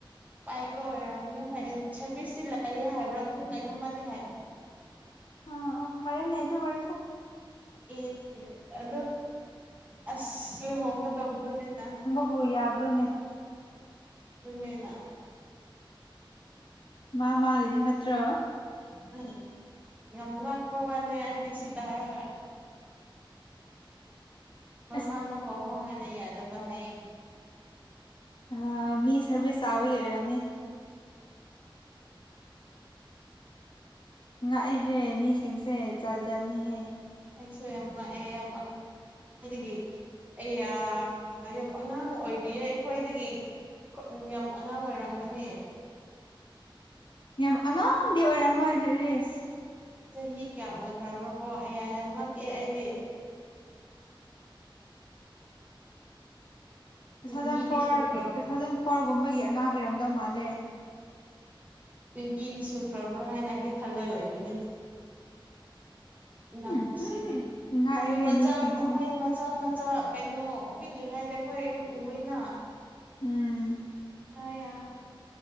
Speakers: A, on the right; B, on the left.
A: ꯄꯥꯏꯕ ꯑꯣꯏꯔꯝꯅꯤ ꯍꯣꯏ ꯁꯔꯚꯤꯁꯇꯤ ꯂꯩꯑꯦ ꯍꯥꯏꯕ꯭ꯔꯥ ꯑꯗꯨꯝ ꯀꯩꯅꯝꯃꯗꯤ ꯍꯥꯏꯕ
B: ꯑꯣ ꯑꯣ ꯐꯔꯦꯅꯦ ꯑꯗꯨ ꯑꯣꯏꯔꯁꯨ
A: ꯑꯦ ꯑꯗꯨ ꯑꯁ ꯂꯨꯍꯣꯡꯒ ꯇꯧꯕꯗꯨꯅꯤꯅ
B: ꯑꯣ ꯌꯥꯕ꯭ꯔꯣꯅꯦ
A: ꯑꯗꯨꯅꯦꯅ
B: ꯃꯥ ꯃꯥꯒꯤꯅꯤ ꯅꯠꯇ꯭ꯔꯣ
A: <unintelligible> ꯌꯥꯝ ꯉꯥꯛꯄ ꯋꯥꯅꯦ ꯑꯩꯗꯤ ꯁꯤ ꯇꯥꯔꯒ ꯃꯃꯥꯅ
B: ꯑꯁ
A: ꯍꯣꯡꯉꯣ ꯍꯥꯏꯅ ꯌꯥꯗꯕ ꯍꯥꯏ
B: ꯑꯥ ꯃꯤ ꯁꯔꯚꯤꯁ ꯆꯥꯕꯒꯤ ꯑꯣꯏꯔꯝꯅꯤ ꯉꯥꯛꯑꯦꯍꯦ ꯃꯤꯁꯤꯡꯁꯦ ꯖꯥ ꯖꯥꯠꯅꯤꯍꯦ
A: ꯁꯨ ꯌꯥꯝ ꯉꯛꯑꯦ ꯑꯗꯨꯗꯒꯤ ꯑꯩꯌꯥ ꯌꯥꯝ ꯑꯉꯥꯡ ꯑꯣꯏꯔꯤꯌꯦ ꯑꯩꯈꯣꯏꯗꯒꯤ ꯌꯥꯝ ꯑꯉꯥꯡ ꯑꯣꯏꯔꯝꯒꯅꯤ
B: ꯌꯥꯝ ꯑꯉꯥꯡꯗꯤ ꯑꯣꯏꯔꯝꯃꯣꯏ ꯔꯦꯁ
A: ꯆꯍꯤ ꯀꯌꯥ ꯑꯣꯏꯈ꯭ꯔꯕ꯭ꯔꯣ ꯀꯣ ꯑꯌꯥ ꯌꯥꯝ ꯉꯛꯑꯦ ꯑꯩꯗꯤ
B: ꯇꯨ
A: ꯇ꯭ꯋꯦꯟꯇꯤꯗꯤ
B: ꯊꯥꯎꯖꯟ ꯐꯣꯔꯒꯤ
A: ꯁꯨꯈ꯭ꯔꯕ꯭ꯔꯥ
B: ꯇꯨ ꯊꯥꯎꯖꯟ ꯐꯣꯔꯒꯨꯝꯕꯒꯤ ꯑꯉꯥꯡ ꯑꯣꯏꯔꯝꯗꯧ ꯃꯥꯜꯂꯦ
A: ꯇ꯭ꯋꯦꯟꯇꯤꯗꯤ ꯁꯨꯈ꯭ꯔꯕ꯭ꯔꯥ ꯍꯥꯏꯅ ꯑꯩꯗꯤ ꯈꯜꯂ ꯂꯩꯥꯕꯅꯤꯅꯦ ꯅꯪꯁꯤꯗꯤ
B: ꯎꯝꯍꯨꯝ ꯉꯥꯛꯑꯦꯍꯦ
A: ꯃꯣꯏ ꯃꯆꯥ
B: ꯃꯤꯁꯤꯡꯁꯦ
A: ꯃꯣꯏ ꯃꯆꯥ ꯀꯩꯅꯣ ꯄꯤꯛꯂꯤꯉꯩꯗ ꯈꯣꯏ ꯌꯨꯝ ꯎꯏꯅ
B: ꯎꯝ
A: ꯑ ꯌꯥ